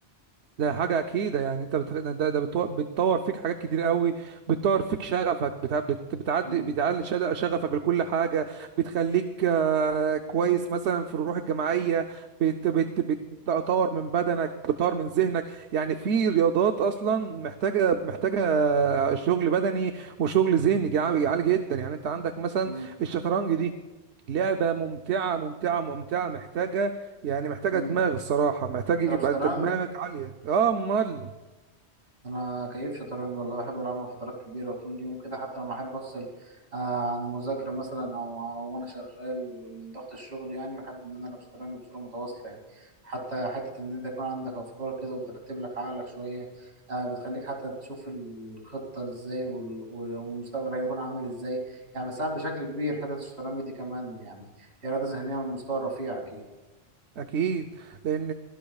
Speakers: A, on the right; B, on the right.
A: ده حاجة أكيدة يعني أنت بت... ده ده بتو... بتطور فيك حاجات كتير قوي بتطور فيك شغفك بتع... بت... بتعدي
B: امم
A: بتعلي شد- شغفك لكل حاجة بتخليك آه، كويس مثلا في الروح الجماعية بت... بت... بتطور من بدنك بتطور من ذهنك يعني في رياضات أصلا محتاجة محتاجة آه، شغل بدني وشغل ذهني جع- عالي جدا يعني أنت عندك مثلا
B: امم
A: الشطرنج دي لعبة ممتعة ممتعة ممتعة محتاجة يعني محتاجة
B: امم
A: دماغ الصراحة محتاج
B: تلعب
A: يبقى
B: شطرنج
A: انت دماغك عالية اه امال
B: انا كيف شطرنج والله بحب العبها فترات كبيره وطول اليوم كده حتى لما احب افصل آه عن المذاكره مثلا او أو وانا شغال من ضغط الشغل يعني بحب ان انا العب شطرنج بصوره متواصله يعني حتى حته ان انت يكون عندك افكار كده وبترتب لك عقلك شويه آه بتخليك حتى تشوف الخطه ازاي وال- والمستقبل هيكون عامل ازاي يعني بتساعد بشكل كبير حته الشطرنج دي كمان يعني هي رياضه ذهنيه من مستوى رفيع اكيد
A: اكيد لان